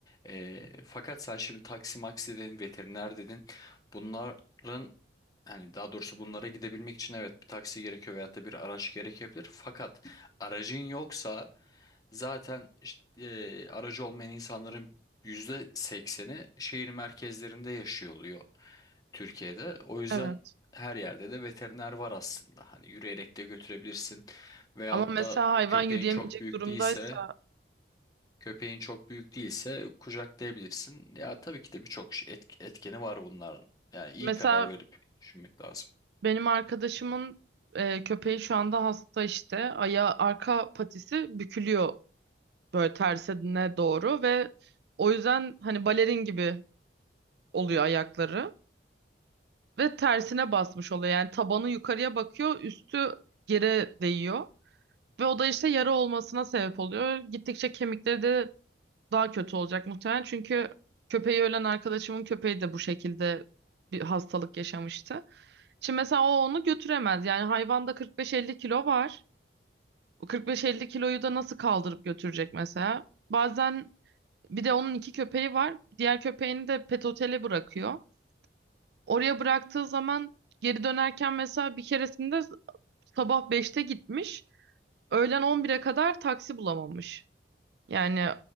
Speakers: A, on the left; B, on the right.
A: Ee, fakat sen şimdi taksi maksi dedin, veteriner dedin. Bunların hani daha doğrusu bunlara gidebilmek için evet bir taksi gerekiyor veyahut da bir araç gerekebilir. Fakat aracın yoksa Zaten işte, e, aracı olmayan insanların Yüzde sekseni şehir merkezlerinde yaşıyor oluyor Türkiye'de. O yüzden
B: Evet.
A: her yerde de veteriner var aslında. Hani yürüyerek de götürebilirsin. Veyahut
B: Ama mesela
A: da
B: hayvan
A: köpeğin
B: yürüyemeyecek
A: çok büyük
B: durumdaysa
A: değilse, köpeğin çok büyük değilse kucaklayabilirsin. Ya tabii ki de birçok şey- etk- etkeni var bunların. Yani iyi
B: mesela
A: karar verip düşünmek lazım.
B: benim arkadaşımın e, köpeği şu anda hasta işte ayağı arka patisi bükülüyor böyle tersine doğru ve o yüzden hani balerin gibi oluyor ayakları ve tersine basmış oluyor. Yani tabanı yukarıya bakıyor, üstü yere değiyor ve o da işte yara olmasına sebep oluyor. Gittikçe kemikleri de daha kötü olacak muhtemelen. Çünkü köpeği ölen arkadaşımın köpeği de bu şekilde bir hastalık yaşamıştı. Şimdi mesela o onu götüremez. Yani hayvanda 45-50 kilo var. O 45-50 kiloyu da nasıl kaldırıp götürecek mesela? Bazen bir de onun iki köpeği var. Diğer köpeğini de pet otele bırakıyor. Oraya bıraktığı zaman geri dönerken mesela bir keresinde sabah beşte gitmiş. Öğlen on bire kadar taksi bulamamış. Yani